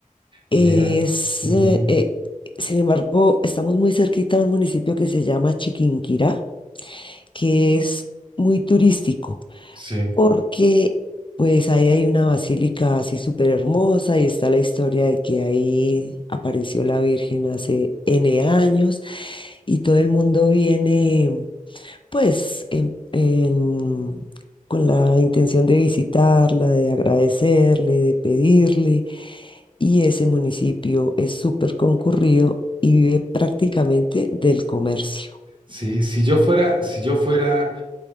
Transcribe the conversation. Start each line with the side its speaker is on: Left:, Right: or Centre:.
Left: Es,
Right: mira, ujú,
Left: eh, eh, sin embargo, estamos muy cerquita a un municipio que se llama Chiquinquirá, que es muy turístico,
Right: sí,
Left: porque pues ahí hay una basílica así súper hermosa y está la historia de que ahí apareció la Virgen hace N años y todo el mundo viene Pues em- en- con la intención de visitarla, de agradecerle, de pedirle. Y ese municipio es súper concurrido y vive prácticamente del comercio,
Right: sí, si yo fuera, si yo fuera,